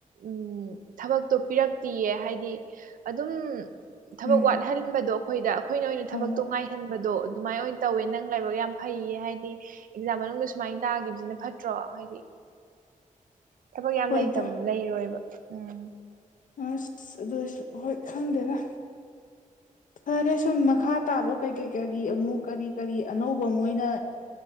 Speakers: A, on the right; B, on the left.
A: ꯎꯝ ꯊꯕꯛꯇꯣ ꯄꯤꯔꯛꯇꯤꯌꯦ ꯍꯥꯏꯗꯤ ꯑꯗꯨꯝ ꯊꯕꯛ
B: ꯎꯝ
A: ꯋꯥꯠꯍꯟꯕꯗꯣ ꯑꯈꯣꯏꯗ ꯑꯈꯣꯏꯅ ꯑꯣꯏꯅ ꯊꯕꯛꯇꯣ
B: ꯍꯣꯏ ꯍꯣꯏ
A: ꯉꯥꯏꯍꯟꯕꯗꯣ ꯑꯗꯨꯃꯥꯏ ꯑꯣꯏ ꯇꯧꯋꯦ ꯅꯪ ꯂꯥꯏꯕꯛ ꯌꯥꯝ ꯐꯩꯌꯦ ꯍꯥꯏꯗꯤ ꯑꯦꯛꯖꯥꯝ ꯃꯅꯨꯡꯗ ꯁꯨꯃꯥꯏꯟ ꯇꯥꯒꯤꯕꯖꯤꯅ ꯐꯠꯇ꯭ꯔꯣ ꯍꯥꯏꯗꯤ ꯊꯕꯛ ꯌꯥꯝ
B: ꯍꯣꯏꯗ
A: ꯂꯩꯇ ꯂꯩꯔꯣꯏꯌꯦꯕ ꯎꯝ
B: ꯑꯁ ꯑꯗꯣꯏꯁꯨ ꯍꯣꯏ ꯈꯪꯗꯦꯗ ꯐꯔꯦ ꯁꯨꯝ ꯃꯈꯥ ꯇꯥꯕ ꯀꯩꯀꯩ ꯀꯔꯤ ꯑꯃꯨꯛ ꯀꯔꯤ ꯀꯔꯤ ꯑꯅꯧꯕ ꯃꯣꯏꯅ